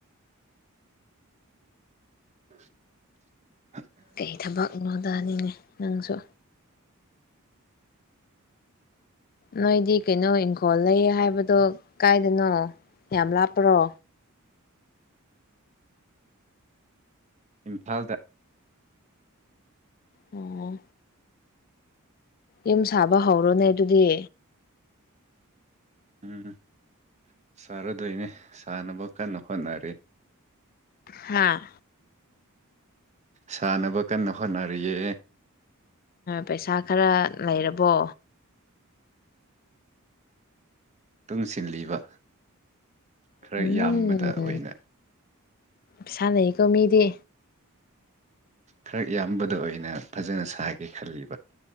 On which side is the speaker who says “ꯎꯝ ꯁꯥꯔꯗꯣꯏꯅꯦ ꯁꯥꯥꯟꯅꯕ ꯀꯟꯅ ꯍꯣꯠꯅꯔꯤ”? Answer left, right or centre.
Right